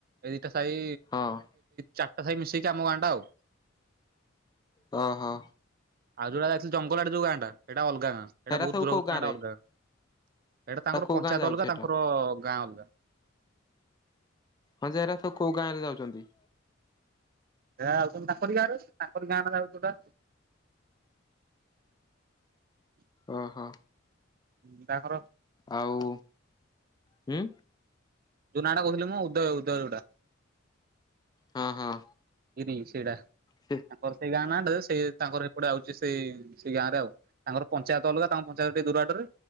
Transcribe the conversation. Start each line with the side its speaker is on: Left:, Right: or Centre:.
Right: ଏଇ ଦିଟା ସାହି
Left: ହଁ
Right: ଚାରିଟା ସାହି ମିଶେଇକି ଆମ ଗାଁ ଟା ଆଉ।
Left: ହ ହୋ।
Right: ଆଉ ଯଉଟା ଯାଇଥିଲୁ ଜଙ୍ଗଲ ଆଡେ ଯଉ ଗାଁ ଟା ସେଟା ଅଲଗା ଗାଁ ସେଟା
Left: ହେରା
Right: ବହୁତ୍
Left: ସବୁ
Right: ଦୂର
Left: କୋଉ
Right: ହୋଇଛି
Left: ଗାଁ
Right: ନା ସେଟା
Left: ରେ?
Right: ଅଲଗା ଗାଁ। ଏଇଟା ତାଙ୍କର
Left: ତା କୋଉ
Right: ପଞ୍ଚାୟତ
Left: ଗାଁ ଯାଉଛି
Right: ଅଲଗା
Left: ସେଟା
Right: ତାଙ୍କର ଗାଁ ଅଲଗା।
Left: ହଁ ଯେ ଏରା କୋଉ ଗାଁ ରେ ଯାଉଛନ୍ତି।
Right: ସେ ରା ଯାଉଛନ୍ତି ତାଙ୍କରି ଗାଁ ରେ ତାଙ୍କରି ଗାଁ ନ ଯାଉଛି ପା। <inaudible>
Left: ଓ ହୋ।
Right: ହଁ ତାଙ୍କର।
Left: ଆଉ ହ
Right: ଯୋନାଟା କହୁଥିଲ ମୁଁ ଉଦୟ ଉଦୟ ଯୋଉଟା
Left: ହଁ ହଁ।
Right: ସେଇଟା
Left: ସେ
Right: ତାଙ୍କର ସେଇ ଗାଁ ନା ସେ ତାଙ୍କର ଏପଟେ ଆଉ ସେ ସେଇ ସେଇ ଗାଁରେ ଆଉ ତାଙ୍କର ପଞ୍ଚାୟତ ଅଲଗା ତାଙ୍କ ପଞ୍ଚାୟତ ଟିକେ ଦୁରବାଟରେ।